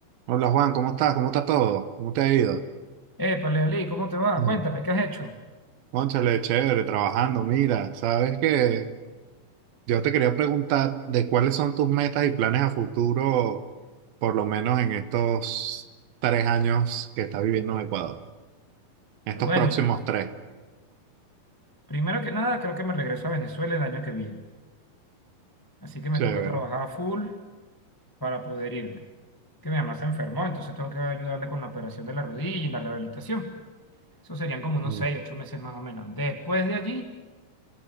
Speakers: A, on the right; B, on the left.
A: Hola Juan, ¿cómo estás? ¿Cómo está todo? ¿Cómo te ha ido?
B: Épale, Ali, ¿cómo te va?
A: Mm,
B: Cuéntame, ¿qué has hecho?
A: Cónchale, chévere, trabajando. Mira, sabes que yo te quería preguntar de cuáles son tus metas y planes a futuro, por lo menos en estos tres años que estás viviendo en Ecuador, en estos
B: Bueno,
A: próximos tres.
B: primero que nada, creo que me regreso a Venezuela el año que viene. Así que me
A: Chévere.
B: toca trabajar a full para poder irme. Que mi mamá se enfermó, entonces tengo que ayudarle con la operación de la rodilla y la rehabilitación. Eso serían como unos
A: Mm,
B: 6 8 meses más o menos. Después de allí,